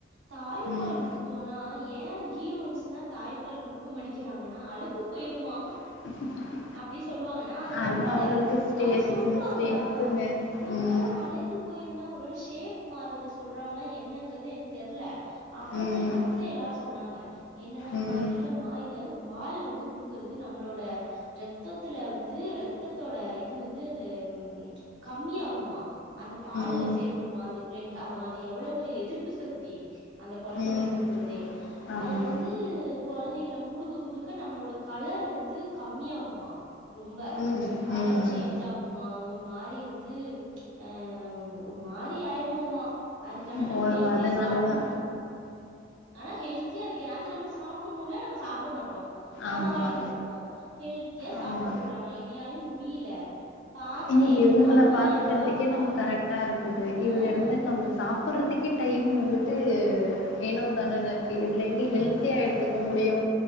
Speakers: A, on the right; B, on the left.
A: தாய்ப்பால்
B: ம்
A: குடுத்து தோனா ஏ ஹீரோயின்ஸ்னா தாய்ப்பால் குடுக்க மாட்டிக்கிறாங்கன்னா அழகு போய்ருமா
B: <inaudible>
A: அப்டி சொல்லுவாங்க நா அத
B: அது
A: நம்பல
B: அவங்களுக்கு ஸ்டேத்து
A: அவுங்க சொல்லுவாங்களா
B: ஸ்ட்ரென்த்துங்க
A: ஒருவேள
B: ம்
A: அழகு போயிரும்னா ஒருவேல ஷேப் மாறத சொல்றாங்களா என்னங்கறது எனக்கு தெர்ல அப்றோ
B: ம்
A: தா எங்க அத்தை எல்லாரு சொன்னாங்க என்னனு
B: ம்
A: மா இல்லம்மா இத பால் வந்து குடுக்கறது நம்ளோட ரத்தத்துல வந்து ரத்தத்தோட இது வந்து அந்த உம் கம்மியாகுமா அந்த பால்ல
B: ம்
A: சேர்ந்துருமா அந்த பிளட் அத அது எவ்வளவு பெரிய எதிர்ப்பு சக்தி அந்த கொழந்தைங்களுக்கு
B: ம்
A: கொடுக்குதே
B: ஆமா
A: அது வந்து கொழந்தைங்க நம்ம குடுக்க குடுக்க நம்மளோட கலர் வந்து கம்மியாகுமா ரொம்ப
B: ம்
A: கலர்
B: ம்
A: சேஞ்ச் ஆகு மா ஒரு மாரி வந்து அ ஒரு மாரி ஆயிடுவோ அதுக்
B: ம்
A: ஆன நம்ம
B: ஓ
A: ஹெல்த்தியா
B: அதனாலதா
A: சாப்பிடுணு ஆனா ஹெல்த்தியா <unintelligible> அது நமக்கு ண்ணுல நம்ம சாப்புட மாட்டோ நம்ம
B: ஆமா
A: வாட்டுக்கு இருப்போ ஹெல்த்தியா சாப்ட
B: ஆமா
A: சொல்றாங்க னையாலையு முடியல பாத்தே
B: இங்க இவங்கல
A: அதுவு
B: பாத்துக்கறிறதுக்கே
A: ஏ பாப்பா
B: நம்ம கரெக்ட்டா இருக்குது இதுல
A: ஆ
B: இருந்து நம்ம சாப்பிட்றதுக்கே டைம்மு வந்துட்டு ஏனோ தண்டன்னு இருக்கு இதில எங்கே ஹெல்த்தியா எடுத்துக்க முடியு